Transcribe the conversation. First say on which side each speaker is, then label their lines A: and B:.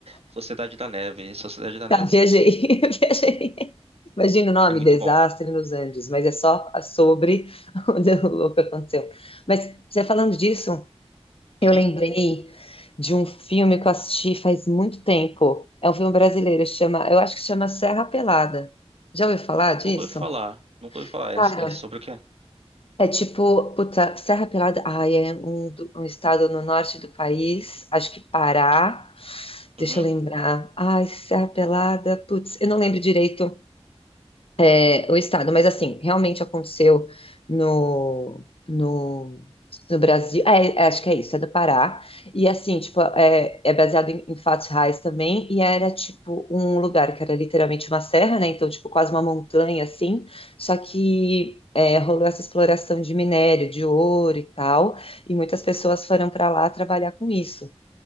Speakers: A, on the right; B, on the left.
A: Sociedade da Neve, é Sociedade da
B: Tá,
A: Neve.
B: viajei. <laughs> Viajei. Imagina o nome,
A: É muito
B: Desastre
A: bom.
B: nos Andes, mas é só sobre <laughs> o que aconteceu. Mas você falando disso, eu
A: Uhum.
B: lembrei de um filme que eu assisti faz muito tempo. É um filme brasileiro, chama, eu acho que chama Serra Pelada. Já ouviu falar disso?
A: Nunca ouvi falar, nunca ouvi falar. É,
B: Cara,
A: é sobre o quê?
B: é tipo, puta, Serra Pelada, ai, é um, do- um estado no norte do país, acho que Pará. Deixa
A: Uhum.
B: eu lembrar. Ai, Serra Pelada, putz, eu não lembro direito é, o Estado. Mas, assim, realmente aconteceu no, no, no Brasil. É, é, acho que é isso, é do Pará. E, assim, tipo, é, é baseado em, em fatos reais também. E era, tipo, um lugar que era literalmente uma serra, né? Então, tipo, quase uma montanha, assim. Só que é, rolou essa exploração de minério, de ouro e tal. E muitas pessoas foram para lá trabalhar com isso.